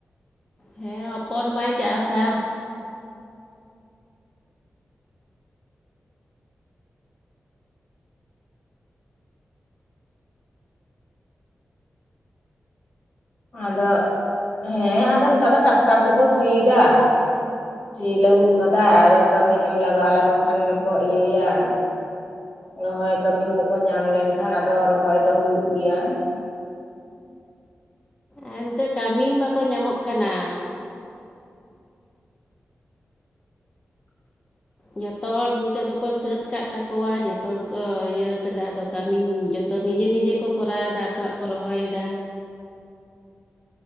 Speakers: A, on the left; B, on the left.
A: ᱦᱮᱸ ᱦᱚᱯᱚᱱ ᱵᱟᱭ ᱪᱟᱥᱟ᱾
B: ᱟᱫᱚ ᱦᱮᱸ ᱟᱫᱚ ᱱᱮᱛᱟᱨ ᱫᱚ ᱴᱨᱟᱠᱴᱟᱨ ᱛᱮᱠᱚ ᱥᱤᱭᱮᱫᱟ᱾ ᱥᱤ ᱞᱟᱹᱦᱩᱫ ᱠᱟᱫᱟ ᱟᱫᱚ ᱠᱟᱹᱢᱤᱱᱮᱢ ᱞᱟᱜᱟᱣ ᱞᱮᱠᱚ ᱠᱷᱟᱱ ᱜᱮᱠᱚ ᱤᱭᱟᱹᱭᱟ᱾ ᱨᱚᱦᱚᱭ ᱠᱟᱹᱢᱤᱱ ᱠᱚᱠᱚ ᱧᱟᱢ ᱞᱮᱱᱠᱷᱟᱱ ᱟᱫᱚ ᱨᱚᱦᱚᱭ ᱫᱚ ᱦᱩᱭᱩᱜ ᱜᱮᱭᱟ᱾
A: ᱟᱨ ᱱᱤᱛᱚᱜ ᱠᱟᱹᱢᱤᱱ ᱵᱟᱠᱚ ᱧᱟᱢᱚᱜ ᱠᱟᱱᱟ᱾
B: <unintelligible>
A: ᱡᱷᱚᱛᱚ ᱦᱚᱲ ᱱᱤᱛᱚᱜ ᱫᱚᱠᱚ ᱥᱟᱹᱛ ᱠᱟᱫ ᱛᱟᱠᱚᱣᱟ ᱡᱷᱚᱛᱚ ᱦᱚᱲ ᱠᱚ ᱤᱭᱟᱹᱣ ᱠᱟᱫᱟ ᱟᱫᱚ ᱠᱟᱹᱢᱤᱱ ᱡᱚᱛᱚ ᱱᱤᱡᱮ ᱱᱤᱡᱮ ᱠᱚ ᱠᱚᱨᱟᱣ ᱫᱟ ᱟᱠᱚᱣᱟᱜ ᱠᱚ ᱨᱚᱦᱚᱭᱮᱫᱟ᱾